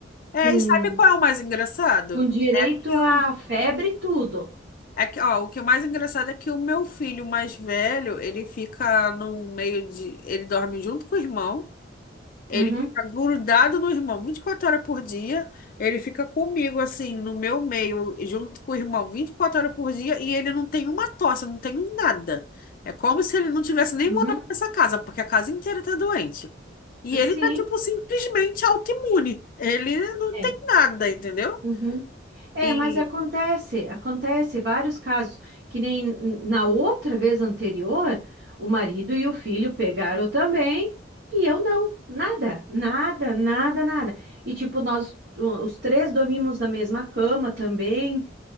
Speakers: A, on the left (about 50°); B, on the right (about 65°).
A: É,
B: com,
A: e sabe qual é o mais engraçado?
B: com direito
A: É que
B: a
A: um
B: febre e tudo.
A: É que, ó, o que é mais engraçado é que o meu filho mais velho, ele fica no meio de. Ele dorme junto com o irmão, ele
B: Uhum,
A: fica grudado no irmão 24 horas por dia, ele fica comigo, assim, no meu meio, junto com o irmão 24 horas por dia, e ele não tem uma tosse, não tem um nada. É como se ele não tivesse nem
B: uhum.
A: morado nessa casa, porque a casa inteira tá doente. E
B: Sim.
A: ele tá, tipo, simplesmente autoimune. Ele não
B: É.
A: tem nada, entendeu?
B: Uhum. É,
A: E
B: mas acontece, acontece vários casos, que nem na outra vez anterior, o marido e o filho pegaram também, e eu não, nada, nada, nada, nada. E tipo, nós o- os três dormimos na mesma cama também,